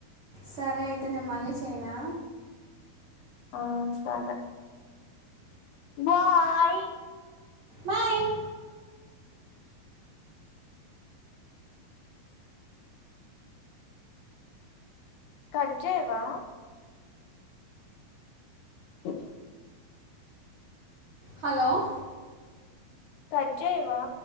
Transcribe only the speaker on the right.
సరే అయితే, నేను మళ్ళీ సెయనా?
బాయ్
హలో